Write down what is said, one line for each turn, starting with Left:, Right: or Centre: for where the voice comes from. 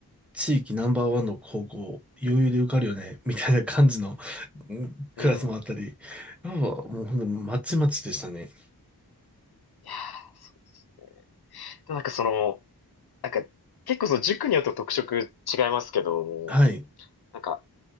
Centre: 地域ナンバーワンの高校、余裕で受かるよね、みたいな感じのうんクラスもあったり、
Left: うん。
Centre: やっぱもう本当にまちまちでしたね。
Left: いやーそうですね。でもなんかその、なんか結構その塾によって特色違いますけども、
Centre: はい。
Left: なんか、